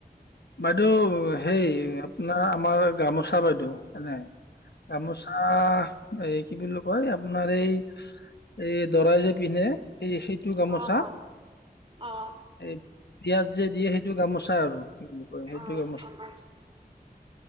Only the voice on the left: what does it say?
বাইদেউ হেই আপোনাৰ আমাৰ গামোচা বাইদেউ সনে গামোচা এই কি বুলি কয় আপোনাৰ এই এই দৰাই যে পিন্ধে সেই সেইটো গামোচা
এই বিয়াত যে দিয়ে সেইটো গামোচা আৰু কি বুলি কয় সেইটো
গামোচা